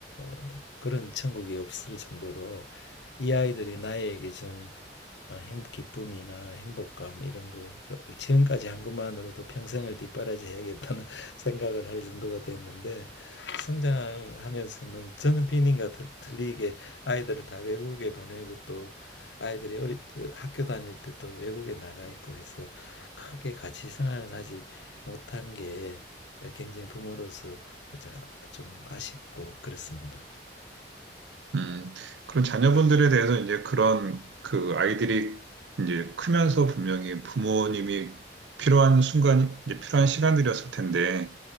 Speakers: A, on the left; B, on the right.
A: 어, 그런 천국이 없을 정도로 이 아이들이 나에게 준 어, 행, 기쁨이나 행복감 이런 거 그- 지금까지 한 것만으로도 평생을 뒷바라지해야겠다는 <laughs> 생각을 할 정도가 됐는데 성장하면서는 저는 비님과 틀- 리게 아이들을 다 외국에 보내고 또 아이들이 어리, 학교 다닐 때 또 외국에 나가 있고 해서 크게 같이 생활을 하지 못한 게 굉장히 부모로서 자- 좀 아쉽고 그렇습니다.
B: 음, 그런 자녀분들에 대해서 이제 그런 그 아이들이 이제 크면서 분명히 부모님이 필요한 순간, 이제 필요한 시간들이었을 텐데,